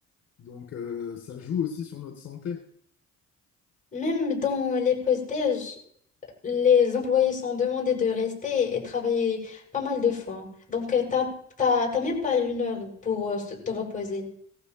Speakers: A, on the left (about 55°); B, on the left (about 25°).
A: Donc euh, ça joue aussi sur notre santé.
B: Même dans les postes, déj les employés sont demandés de rester et travailler pas mal de fois. Donc, euh, t'as, t'as, t'as même pas une heure pour euh, se- te reposer.